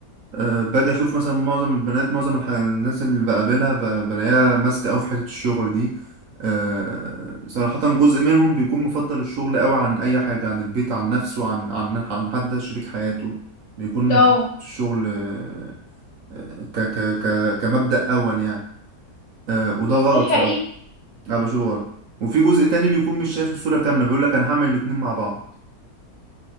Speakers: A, on the right; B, on the left.
A: أه باجي اشوف مثلا معظم البنات معظم الح- الناس اللي بقابلها ب- بلاقيها ماسكه قوي في حته الشغل دي أه صراحه جزء منهم بيكون مفضل الشغل قوي عن اي حاجه عن البيت عن نفسه عن عن عن حد شريك حياته بيكون
B: اه
A: حاطط الشغل آه، ك ك ك كمبدأ اول يعني أه وده غلط
B: دي
A: صراحه
B: حقيقة
A: انا بشوفه غلط وفي جزء تاني بيكون مش شايف الصورة كاملة بيقول لك انا هعمل الاتنين مع بعض